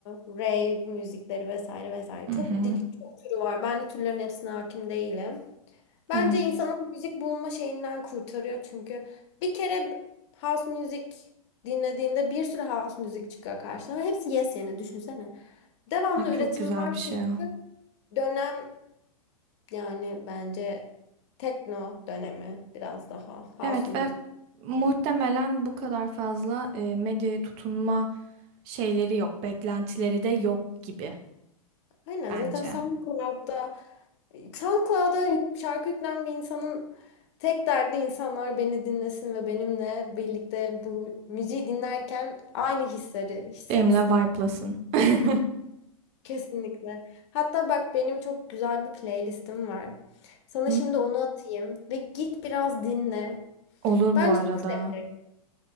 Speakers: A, on the left; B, on the right.
A: rave müzikleri vesaire vesaire
B: Hı
A: çok
B: hı.
A: dil çok türü var. Ben de türlerin hepsine hakim değilim. Bence
B: Evet.
A: insanın müzik bulma şeyinden kurtarıyor çünkü bir kere house music dinlediğinde bir sürü house müzik çıkıyor karşına ve hepsi yes yani düşünsene. Devamlı
B: Ne Çok
A: üretim
B: güzel
A: var
B: bir şey
A: çünkü
B: o.
A: dönem yani bence tekno dönemi biraz daha house
B: Evet
A: music
B: ve muhtemelen
A: falan.
B: bu kadar fazla e, medyaya tutunma şeyleri yok. Beklentileri de yok gibi
A: Aynen
B: bence.
A: zaten SoundCloud'da SoundCloud'a yük- şarkı yüklen bir insanın tek derdi insanlar beni dinlesin ve benimle birlikte bu müziği dinlerken aynı hisleri hissetsin.
B: Benimle vibe'lasın. <laughs>
A: Kesinlikle. Hatta bak benim çok güzel bir playlistim var. Sana
B: Hı?
A: şimdi onu atayım ve git biraz dinle.
B: Olur
A: Bence
B: bu arada.
A: çok seveceksin.